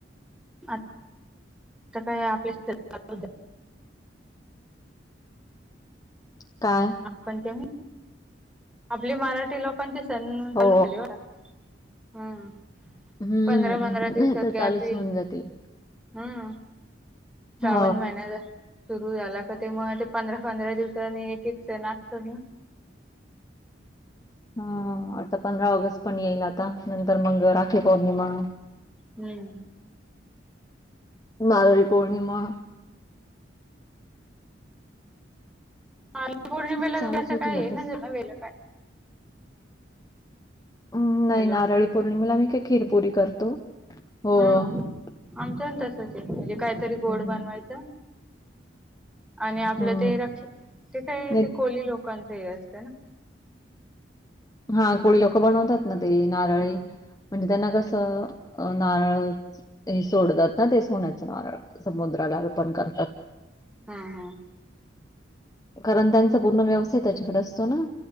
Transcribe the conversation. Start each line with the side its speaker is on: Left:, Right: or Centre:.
Centre: आत. आता काय <inaudible> आपल्या
Left: काय.
Centre: पंचमी आपली मराठी लोकांची. सण
Left: हो
Centre: चालू झाले बर का हम्,
Left: हम्म
Centre: पंधरा पंधरा दिवसात
Left: तर
Centre: ग्याप
Left: चालूच
Centre: इल.
Left: होऊन जातील
Centre: हम, श्रावण
Left: हो
Centre: महिन्यात. सुरू झाला का ते म ते पंधरा पंधरा दिवसाांनी एक एक सण असतात ना.
Left: हा, आता पंधरा ऑगस्ट पण येईल आता नंतर मग राखी पौर्णिमा.
Centre: हम्म,
Left: नारळी पौर्णिमा.
Centre: ह पौर्णिमेला
Left: चालूच
Centre: तु असं
Left: होतील
Centre: काही
Left: आता
Centre: हे नसेल ना वे काय
Left: हम नाही
Centre: हॅलो
Left: नारळी पौर्णिमेला मी काही खिरपुरी करतो हो
Centre: हम्
Left: हम्म
Centre: आमचंण तसच आहे म्हणजे कायतरी गोड बनवायचं
Left: हम्म
Centre: आणि आपलं
Left: हम्म
Centre: ते रक्ष ते काय
Left: नाही
Centre: ते कोली लोकांचं हे असतं ना
Left: हा कोळी लोक बनवतात ना ते नारळी
Centre: हम्म
Left: म्हणजे त्यांना कसं नारळ हे सोडतात ना तेच सोन्याचं नारळ समुद्राला अर्पण करतात
Centre: हा, हा
Left: कारण त्यांचा पूर्ण व्यवसाय त्याच्याकडे असतो ना